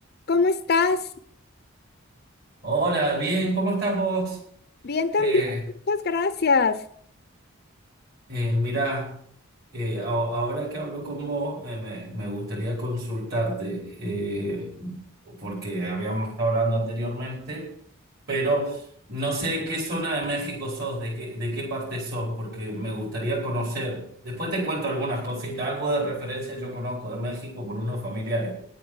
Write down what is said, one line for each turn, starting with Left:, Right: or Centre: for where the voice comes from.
Left: ¿Cómo estás?
Right: Hola, bien, ¿cómo estás vos?
Left: Bien también,
Right: Eh,
Left: muchas gracias.
Right: eh, mirá, eh, a- ahora que hablo con vos, eh, me, me gustaría consultarte, eh, porque habíamos estado hablando anteriormente, pero no sé de qué zona de México sos, de qué, de qué parte sos, porque me gustaría conocer. Después te cuento algunas cositas, algo de referencia yo conozco de México por unos familiares.